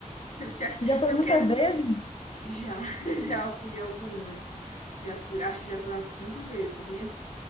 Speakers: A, on the left; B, on the left.
A: <laughs> Quero ficar aqui.
B: Você já foi
A: Eu
B: muitas
A: quero.
B: vezes?
A: Já, <laughs> já fui algumas. Já fui, acho que já fui umas cinco vezes, sabia?